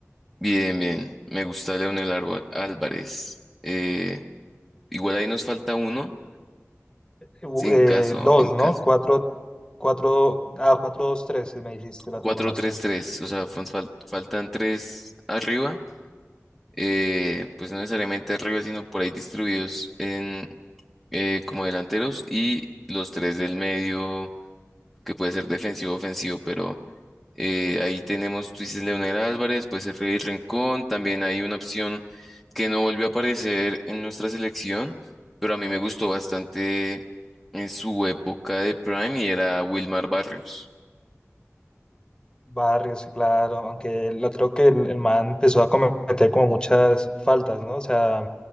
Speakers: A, in the centre; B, on the left.
A: Bien, bien. Me gusta Leonel Arbo- Álvarez. Eh, igual ahí nos falta uno.
B: U-
A: En
B: eh,
A: caso,
B: dos,
A: en caso.
B: no cuatro Cuatro, ah, cuatro, dos, tres, me dijiste la
A: cuatro
B: formación.
A: tres tres o sea, fal- fal- faltan tres arriba, eh, pues no necesariamente arriba, sino por ahí distribuidos en eh, como delanteros y los tres del medio, que puede ser defensivo o ofensivo, pero eh, ahí tenemos, tú dices Leonel Álvarez, puede ser Freddy Rincón, también hay una opción que no volvió a aparecer en nuestra selección, pero a mí me gustó bastante en su época de Prime y era Wilmar Barrios.
B: Barrios, sí, claro, aunque lo, creo que el, el man empezó a cometer como muchas faltas, ¿no? O sea,